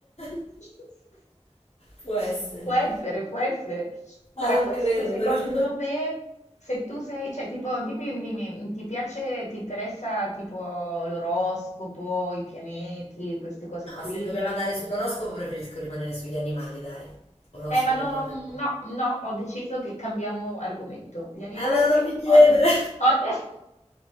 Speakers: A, on the left (about 85°); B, on the left (about 65°).
A: <laughs>
B: <laughs> Può essere.
A: Può essere, può essere.
B: Ma
A: Allora,
B: non
A: questo
B: credo,
A: secondo
B: però. <laughs>
A: me, se tu sei, cioè, tipo, dimmi, dimmi, ti piace, ti interessa, tipo, l'oroscopo, i pianeti, queste cose qui?
B: No, se dobbiamo andare sull'oroscopo preferisco rimanere sugli animali, dai. Oroscopo
A: Eh, ma no,
B: proprio. E
A: no, no, ho deciso che cambiamo argomento. Gli animali,
B: allora non mi chiedere.
A: ogni, ogni... <laughs>